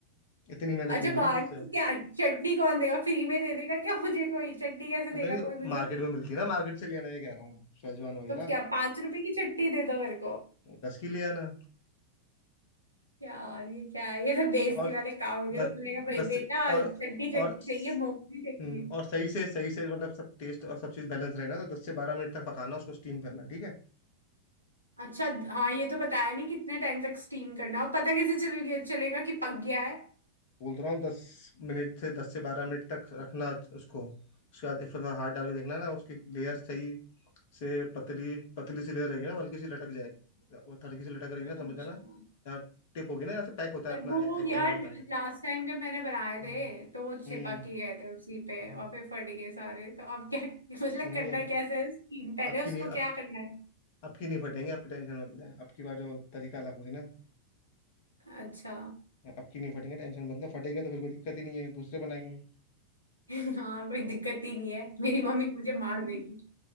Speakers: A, on the left; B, on the left.
A: इतनी मेहनत
B: अच्छा
A: नहीं हो
B: बाटी
A: रही मुझसे
B: क्या चटनी कौन देगा फ्री में दे देगा क्या मुझे कोई चटनी कैसे
A: अब
B: देगा
A: नहीं
B: कोई मुझे
A: मार्केट में मिलती है ना मार्केट से ले आना ये कह रहा हूँ मैं। शेजवान वगैरह
B: तो क्या पांच रुपए की चटनी दे दो मेरे को
A: दस की ले आना
B: यार ये क्या है ये सब बेइज्जती
A: और
B: वाले काम हो गए
A: दस
B: तो मैंने कहा भाई
A: दस
B: बेटा
A: और
B: चटनी चटनी
A: और
B: चाहिए मोमोज चाहिए
A: हम्म और सही से सही से मतलब सब टेस्ट और सब चीज़ बैलेंस रहे ना तो दस से बारह मिनट तक पकाना उसको स्टीम करना ठीक है
B: अच्छा हाँ ये तो बताया नहीं कितने टाइम तक स्टीम करना है। और पता कैसे चल गया चलेगा कि पक गया है
A: बोल रहा हूँ दस मिनट से दस से बारह मिनट तक रखना उसको उसके बाद फिर थोड़ा हाथ डाल के देखना ना उसकी लेयर सही से पतली पतली सी लेयर रहेगी ना वो हल्की सी लटक जाएगी वो हल्की सी लटक रही ना
B: अच्छा
A: समझ जाना यहाँ टिप होगी ना यहाँ से पैक होता है
B: और
A: अपना
B: वो
A: एक
B: यार
A: एंड होता है
B: लास्ट टाइम जब मैंने बनाए
A: हम्म
B: थे तो वो चिपक
A: हम्म,
B: ही गए थे उसी पे
A: हम्म।
B: और फिर फट गए सारे तो अब क्या <laughs> मतलब
A: नहीं
B: करना
A: नहीं
B: कैसे है स्कीम पहले
A: अब की
B: उसको
A: नहीं अब
B: क्या करना
A: अब की नहीं फटेंगे आपकी टेंशन मत ले अब की बार जो तरीका अलग होगी ना
B: है अच्छा
A: अब की नहीं फटेंगे टेंशन मतलब फटेंगे तो फिर कोई दिक्कत ही नहीं है दूसरे बनाएंगे
B: <laughs> हाँ कोई दिक्कत ही नहीं है मेरी मम्मी मुझे मार देगी